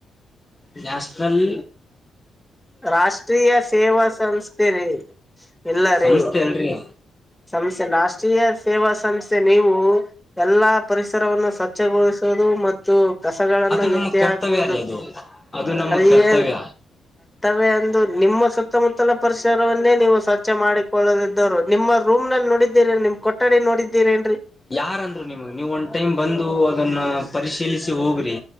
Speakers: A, on the left; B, in the centre.
A: ಜಾ ಸ್ಥಲ್
B: ರಾಷ್ಟ್ರೀಯ ಸೇವಾ ಸಂಸ್ಥೆ ರೀ ಎಲ್ಲ ರೀ
A: ಸಂಸ್ಥೆ ಅಲ್ರಿ
B: ಸಮಸೆ ನಾಷ್ಟ ರಾರೀಯ ಸೇವಾ ಸಂಸ್ಥೆ ನೀವು ಎಲ್ಲಾ ಪರಿಸರವನ್ನು ಸ್ವಚ್ಛಗೊಳಿಸುದು ಮತ್ತು ಕಸಗಳನ್ನು
A: ಅದು ನಮ್ಮ
B: ಎತ್ತಿ
A: ಕರ್ತವ್ಯ
B: ಹಾಕುವುದು
A: ರೀ ಅದು ಅದು ನಮ್ಮ
B: ಅದ
A: ಕರ್ತವ್ಯ
B: ಏನ್ ವೆ ಅಂದು ನಿಮ್ಮ ಸುತ್ತಮುತ್ತಲ ಪರಿಸರವನ್ನೇ ನೀವು ಸ್ವಚ್ಛ ಮಾಡಿಕೊಳ್ಳದಿದ್ದವರು ನಿಮ್ಮ ರೂಮ್ ನಲ್ಲಿ ನೋಡಿದ್ದೀರಿ ನಿಮ್ ಕೊಠಡಿ ನೋಡಿದ್ದೀರ ಏನ್
A: ಯಾರಂದ್ರು ನಿಮಗ್ ನೀವು ಒಂದ್ ಟೈಮ್ ಬಂದು ಅದನ್ನ ಪರಿಶೀಲಿಸಿ ಹೋಗ್ರಿ